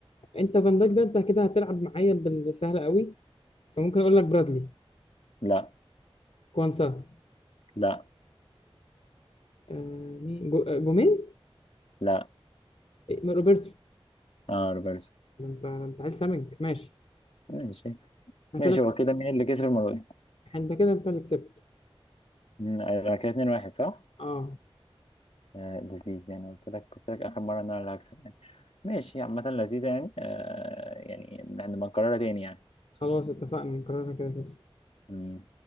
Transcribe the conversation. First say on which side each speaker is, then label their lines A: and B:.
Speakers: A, on the left; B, on the left.
A: انت فان دايك ده انت كده هتلعب معايا بالسهلة قوي فممكن اقول لك برادلي
B: لا
A: كوانسا
B: لا
A: آه مين جو... آه، جوميز
B: لا
A: إيه، ما روبرتو
B: اه روبرتسون
A: ده انت ده انت عيل سمج ماشي
B: ماشي
A: انا
B: ماشي
A: كده
B: هو كده مين اللي كسب المره دي؟
A: انت كده انت اللي كسبت
B: مم، آه، كده 2-1 صح؟
A: اه
B: آه لذيذ يعني قلت لك قلت لك آخر مرة إن أنا اللي هكسب يعني ماشي عامة لذيذة يعني آه يعني إحنا بنكررها تاني
A: خلاص اتفقنا نكررها كده كده
B: يعني